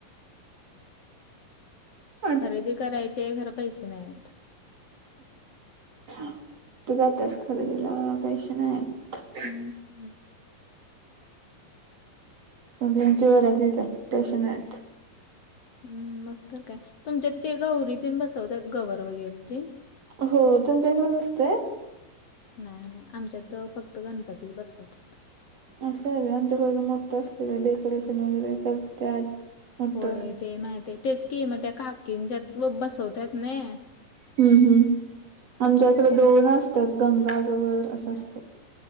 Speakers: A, on the right; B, on the left.
A: <inaudible>
B: खरेदी करायची आहे घर पैसे नाहीएत.
A: कुठे जातेस खरेदीला पैसे नाहीएत.
B: हम्म. हम्म,
A: सगळ्यांची <unintelligible> पैसे नाहीत.
B: हम् मग तर काय, तुमच्यात ते गौरी तेन बसवतात गवर वगैरे ते?
A: हो तुमच्याकडे नसतेय?
B: नाय नाय आमच्यातं फक्त गणपतीचं बसवतात.
A: असं आहे का आमच्याकडे मोठं असते डेकोरेशन वगैरे करत्यात. मोठं
B: होय ते माहित आहे, तेच कि मग त्या काकींच्यात बसवतात नी.
A: हम्म-हम्म आमच्याकडे
B: त्या
A: दोन अस तत गंगा गवर असं असते.